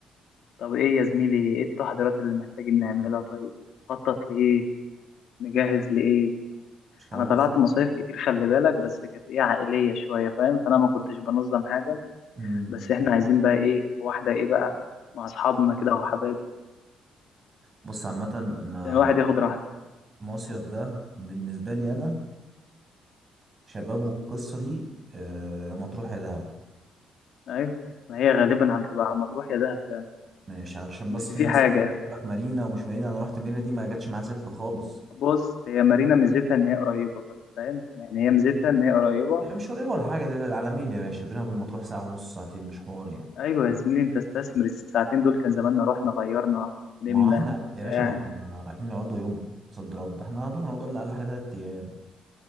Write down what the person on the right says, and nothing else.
مش كده
مصيف
امم
بص عامة انا
المصيف ده بالنسبة لي أنا شباب والقصة دي آه، مطروح يا دهب
مش علشان
بس في
ناس
بتفضل يقول لك مارينا ومش مارينا أنا رحت مارينا دي ما جاتش معايا سكة خالص
هي مش قريبة ولا حاجة ده العلمين يا باشا بينها وبين مطروح ساعة ونص ساعتين مش حوار يعني
ما هو احنا يا باشا
ما احنا رايحين نقعدوا يوم صد رد احنا هنروح نقعدوا لنا أقل حاجة تلات أيام